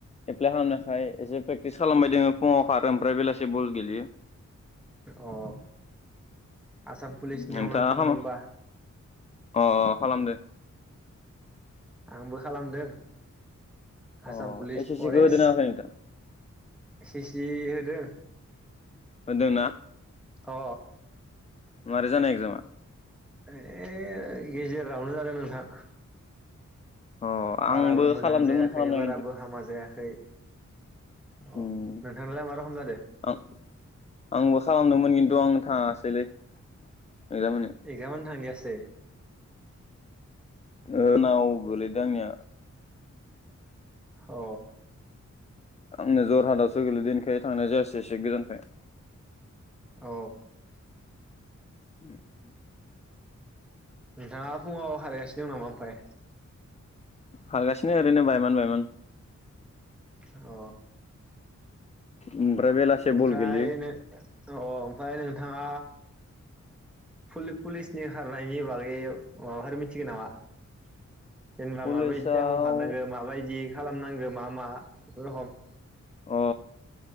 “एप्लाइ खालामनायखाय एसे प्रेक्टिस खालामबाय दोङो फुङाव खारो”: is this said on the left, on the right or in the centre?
Left